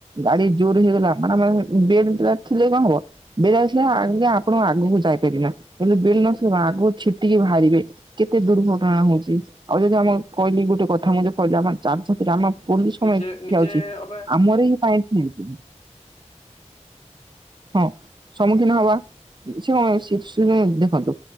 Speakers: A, on the right; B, on the left.
A: ଗାଡି ଜୋର ହେଇଗଲା ମାନେ <unintelligible> ଥିଲେ କଣ ହବ <unintelligible> ଥିଲେ ଆଗ ଆପଣ ଆଗକୁ ଯାଇପାରେନା। ହେଲେ ବେଲ ନଥିଲେ ଆଗକୁ ଛିଟିକି ବାହାରିବେ କେତେ ଦୁର୍ଘଟଣା ହଉଛି ଆଉ ଯଦି ଆମ କହିଲେ ଏ ଗୋଟେ କଥା ମୁ କହିଲି ଆମ ଚାରି ଛକିରେ ଆମ ପୋଲିସ କଣ
B: ନିଜେ
A: ପାଇଁ
B: ନିଜେ
A: ଠିଆଉଛି
B: ଅବା
A: ଆମର ହି ପାଇଁ। <unintelligible> ହଁ ସମ୍ମୁଖୀନ ହବା <unintelligible> ସେ
B: ହୁଁ
A: ଦେଖନ୍ତୁ